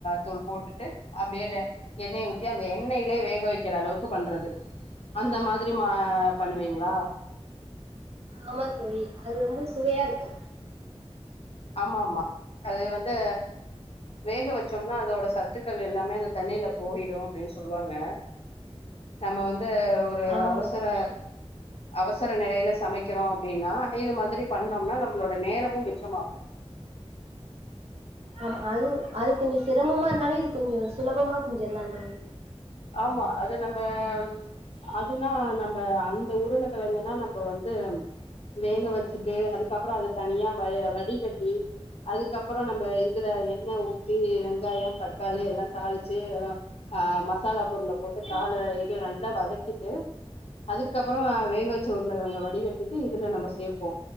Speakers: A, on the left; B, on the right.
A: தூள் போட்டுட்டு அப்டியே டே எண்ணெய ஊத்தி அந்த எண்ணெய்லே வேக வைக்கிற அளவுக்கு பண்றது அந்த மாதிரி மா பண்ணுவீங்ளா
B: ஆமாத்தோழி அது ரொம்ப சுவையா இருக்கு
A: ஆமாமா அது வந்து வேக வச்சோம்னா அதோட சத்துக்கள் எல்லாமே அந்த தண்ணில போயிடு அப்டின்னு சொல்லுவாங்க நம்ம வந்து ஒரு
B: ஆமா
A: அவசர
B: தோழி
A: அவசர நெலைல சமைக்கிறோ அப்டின்னா இது மாதிரி பண்ணோம்னா நம்ம ளோட நேரமு மிச்சமாகு
B: ஆமா அது அது கொஞ்சொ சிரமமா இருந்தாலு இது கொஞ்சொ சுலபமா செஞ்சிர்லா தோழி
A: ஆமா அது நம்ப ம் அதுனா நம்ப அந்த உருளகெழங்குன்னா நம்ப வந்து வேக வச்சுட்டு அதுக்கப்பறோ அத தனியா வ வடிகட்டி அதுக்கப்பறோ நம்ப இதுல எண்ண ஊத்தி வெங்காயோ தக்காளி எல்லா தாளிச்சு ஆ மசாலா பொருள போட்டு தாள இது நல்லா வதக்கிட்டு அதுக்கப்பறோ வேக வச்ச உருளக்கெழங்க வடிகட்டிட்டு இதுல நம்ப சேப்போ